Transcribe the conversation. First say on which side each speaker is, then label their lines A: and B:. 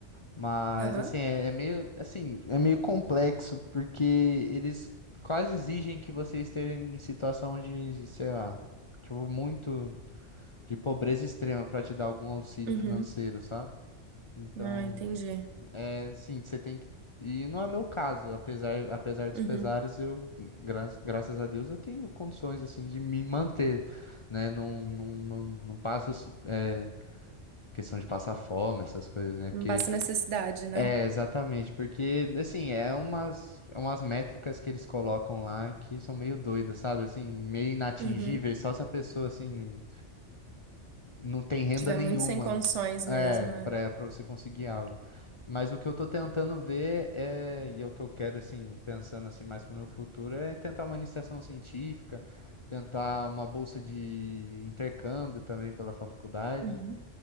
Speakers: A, on the left (about 40°); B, on the right (about 75°).
A: Mas
B: Aham.
A: assim, é, é meio assim, é meio complexo porque eles quase exigem que você esteja em situação de, sei lá, tipo muito de pobreza extrema para te dar algum auxílio
B: Uhum.
A: financeiro, sabe? Então,
B: Ah, entendi.
A: É, sim, você tem que. E não é meu caso, apesar, apesar dos
B: Uhum.
A: pesares, eu, gra graças a Deus, eu tenho condições, assim, de me manter, né? Não, não, não, não passo, assim, é, questão de passar fome, essas coisas, né?
B: Não
A: Porque,
B: passa necessidade, né?
A: é, exatamente, porque, assim, é umas, é umas métricas que eles colocam lá que são meio doidas, sabe? Assim, meio inatingíveis,
B: Uhum.
A: só se a pessoa, assim, não tem renda
B: Tiver
A: nenhuma,
B: muito sem condições
A: é,
B: mesmo. é.
A: para para você conseguir algo. Mas o que eu tô tentando ver é, e é o que eu quero assim, pensando assim mais para o meu futuro, é tentar uma iniciação científica, tentar uma bolsa de intercâmbio também pela faculdade,
B: Uhum.